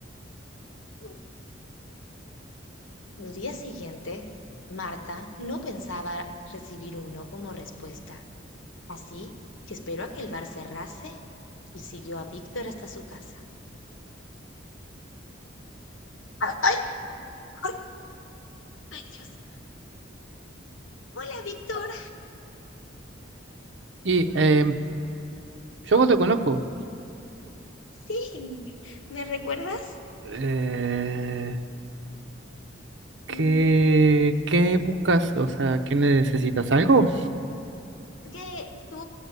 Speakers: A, on the left (about 85°); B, on the right (about 65°).
A: no. Al día siguiente, Marta no pensaba recibir un no como respuesta, así que esperó a que el bar cerrase y siguió a Víctor hasta su casa. ¡Ay! ¡Ay, ay, Dios! Hola, Víctor.
B: Y
A: Mm,
B: em, yo vos te conozco.
A: Sí, ¿me recuerdas?
B: Eh, ¿qué,
A: Mm,
B: qué buscas? O sea, ¿qué necesitas? ¿Algo?
A: Que tú